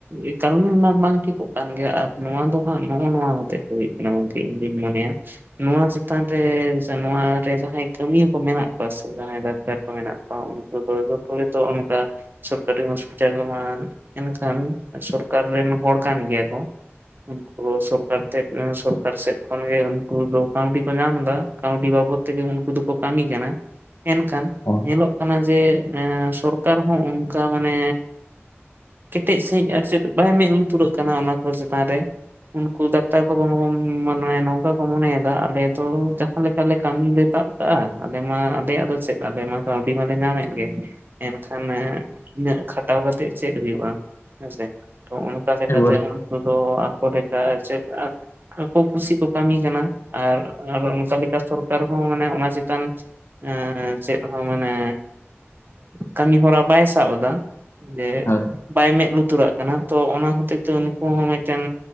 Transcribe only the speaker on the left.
ᱚ
ᱮᱠᱵᱟᱨ
ᱦᱳᱭ